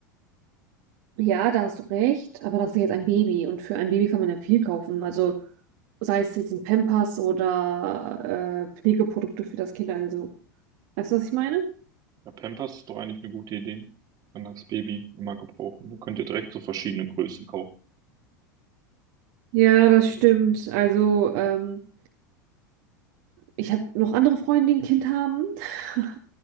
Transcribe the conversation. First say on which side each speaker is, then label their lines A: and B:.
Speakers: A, on the right; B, on the right.
A: Ja, da hast du recht, aber das ist ja jetzt ein Baby und für ein Baby kann man ja viel kaufen. Also sei es jetzt ein Pampers oder äh, Pflegeprodukte für das Kind, also. Weißt du, was ich meine?
B: Ja, Pampers ist doch eigentlich eine gute Idee. Kann das Baby immer gebrauchen. Da könnt ihr direkt so verschiedene Größen kaufen.
A: Ja, das stimmt. Also, ähm, ich habe noch andere Freunde, die ein Kind haben. <laughs>